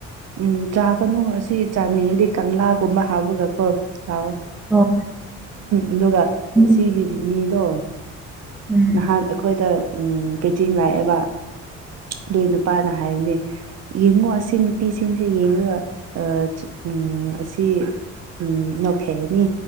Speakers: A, on the right; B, in the centre.
A: ꯎꯝ ꯆꯥꯒꯅꯨ ꯑꯁꯤ ꯆꯥꯅꯤꯡꯉꯗꯤ ꯀꯪꯂꯥꯒꯨꯝꯕ ꯍꯥꯞꯕꯒꯀꯣ ꯆꯥꯛꯑꯣ
B: <unintelligible>
A: ꯑꯗꯨꯒ
B: ꯎꯝ
A: ꯑꯁꯤꯒꯤꯒꯤ ꯃꯤꯗꯣ
B: ꯎꯝ
A: ꯅꯍꯥꯛ ꯑꯩꯈꯣꯏꯗ ꯎꯝ ꯄ꯭ꯔꯤꯇꯤꯟ ꯂꯥꯛꯑꯦꯕ ꯑꯗꯨꯏ ꯅꯨꯄꯥꯅ ꯍꯥꯏꯕꯅꯦ ꯌꯦꯡꯉꯣ ꯑꯁꯤ ꯅꯨꯄꯤꯁꯤꯡꯁꯦ ꯌꯦꯡꯉꯒ ꯑ ꯎꯝ ꯑꯁꯤ ꯎꯝ ꯅꯣꯛꯈꯤꯕꯅꯤ